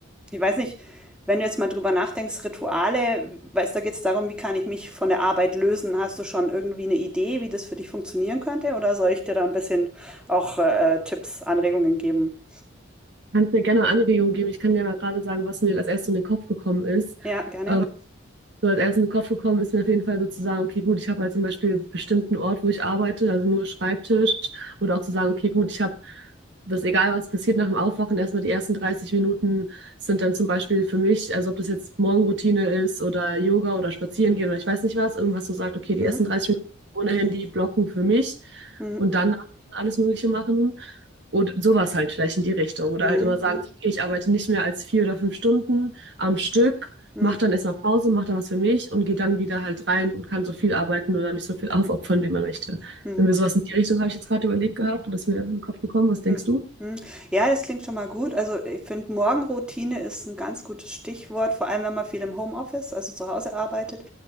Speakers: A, in the centre; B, on the right (about 55°).
A: Ich weiß nicht, wenn du jetzt mal drüber nachdenkst, Rituale, weißt, da geht es darum, wie kann ich mich von der Arbeit lösen? Hast du schon irgendwie eine Idee, wie das für dich funktionieren könnte? Oder soll ich dir da ein bisschen auch äh, äh, Tipps, Anregungen geben?
B: Kannst mir gerne Anregungen geben. Ich kann dir mal gerade sagen, was mir als erstes in den Kopf gekommen ist.
A: Ja, gerne.
B: Ähm, So als erstes in den Kopf gekommen ist mir auf jeden Fall so zu sagen, okay, gut, ich habe halt zum Beispiel bestimmten Ort, wo ich arbeite, also nur Schreibtisch. Oder auch zu sagen, okay, gut, ich habe das, egal was passiert nach dem Aufwachen, erstmal die ersten 30 Minuten sind dann zum Beispiel für mich, also ob das jetzt Morgenroutine ist oder Yoga oder Spazieren gehen oder ich weiß nicht was, irgendwas so sagt, okay,
A: Mhm.
B: die ersten 30 Minuten ohne Handy blocken für mich
A: Mhm.
B: und dann alles Mögliche machen. Und sowas halt vielleicht in die Richtung. Oder
A: Mhm.
B: halt immer sagen, okay, ich arbeite nicht mehr als vier oder fünf Stunden am Stück,
A: Mhm.
B: mach dann erstmal Pause, mach dann was für mich und gehe dann wieder halt rein und kann so viel arbeiten oder mich so viel aufopfern, wie man möchte.
A: Mhm.
B: Wenn wir sowas in die Richtung, habe ich jetzt gerade überlegt gehabt und das ist mir in den Kopf gekommen. Was denkst
A: Mhm.
B: du?
A: Ja, das klingt schon mal gut. Also ich finde, Morgenroutine ist ein ganz gutes Stichwort, vor allem wenn man viel im Homeoffice, also zu Hause arbeitet.